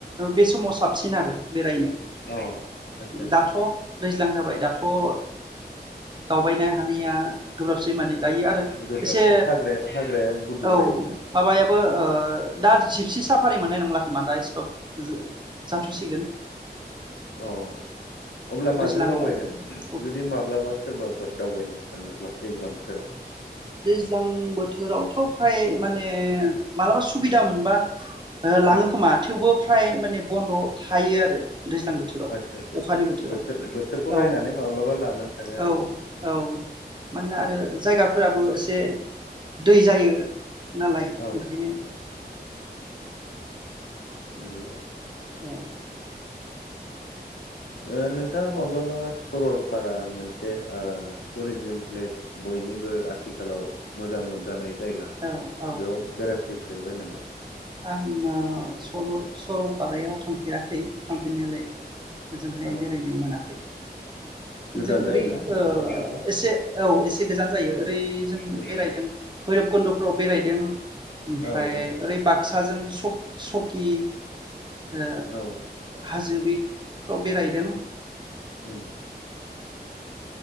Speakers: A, on the right; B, on the left.
A: बे समाव साबसिन आरो बेरायनो
B: अ आदसा आदसा
A: दाथ' दैज्लां जाबाय दाथ' ओ <unintelligible> गोब्राबसै माने दायो आरो
B: गोब्राबसो
A: एसे
B: हाग्राया हाग्राया गुदु
A: औ
B: जायोना
A: माबायाबो ओ दा जिपसि साफारि मोननाय नंला खोमा दा स्टप जाथ' सिगोन
B: अ अब्ला माजों
A: दैज्लाङाव
B: दावबायगोन? जुदि माब्लाबा सोरबा फोर दावबायनो थाङोब्ला दैज्लां बोथोराव।
A: दैज्लां बोथोरावथ फ्राय माने मालाबा सुबिदा मोनबा लाङो
B: उम
A: खोमा थेवबो फ्राय माने बन्द' थायो आरो दैज्लां बोथोराव
B: आदसा आदसा
A: अखानि बोथोराव।
B: बोथोर बोथोरखौ
A: औ
B: नायनानै माब्लाबा लानानै थाङो आरो
A: औ
B: ना
A: औ। मानोना आरो
B: आदसा
A: जायगा फोराबो एसे दै जायो ना लाय
B: औ
A: ओंखायनो
B: नोंगौ।
A: औ।
B: ओ नोंथाङा माब्लाबा सरलपारा मोनसे ओ टुरिजिम प्लेस बयनिबो आथिखालाव मोजां मोनजानाय जायगा
A: औ औ
B: बेयाव बेराय फैफेरबाय नामा?
A: आङो सरल-सरलपारायाव थांफेराखै थांफेरनायालाय ओजोंहाय
B: औ
A: बेरायनो मोनाखै।
B: गोजान
A: जों
B: जायोना
A: ओरै ओ
B: नोंथांनियाबो
A: एसे औ एसे गोजान जायो। ओरै जों
B: गोजान जायो।
A: बेरायदों भैरब कुन्द'फोराव बेरायदों ओमफ्राय
B: औ औ औ
A: ओरै बाक्साजों स-सकि ओ
B: औ
A: हाजो बि फ्राव बेरायदों।
B: उम